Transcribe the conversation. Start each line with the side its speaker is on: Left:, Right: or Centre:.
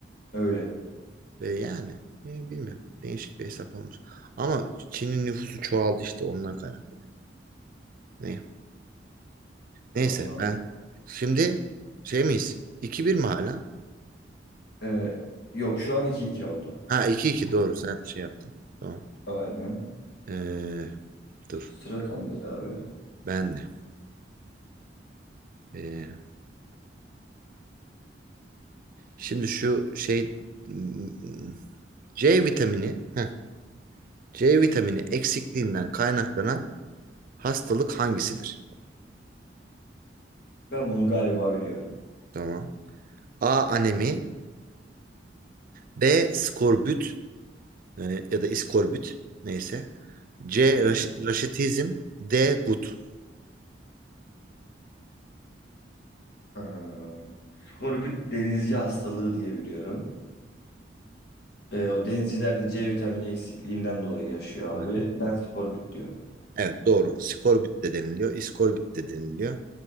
Left: öyle.
Right: E, yani e, bilmiyorum. Değişik bir hesap olmuş. Ama Çin'in nüfusu çoğaldı işte ondan kaynaklı. Ne?
Left: Vallahi.
Right: Neyse ben şimdi şey miyiz? 2 bir mi hala?
Left: Ee, yok şu an iki iki oldu.
Right: Ha iki iki doğru sen şey yaptın. Tamam.
Left: Aynen.
Right: Ee,
Left: Sıra
Right: dur
Left: sende abi.
Right: ben de. Ee, şimdi şu şey m- m- C vitamini heh, C vitamini eksikliğinden kaynaklanan hastalık hangisidir?
Left: Ben bunu galiba biliyorum.
Right: Tamam. A. Anemi B. Skorbut E, ya da iskorbüt neyse. C.
Left: Evet.
Right: Raş- Raşitizm. D. Gut.
Left: Ee, skorbut denizci hastalığı diye biliyorum. Ee, o denizcilerde C vitamini eksikliğinden dolayı yaşıyor
Right: Hı hı.
Left: abi. Ben skorbut diyorum.
Right: Evet doğru. Skorbut de deniliyor. İskorbut de deniliyor.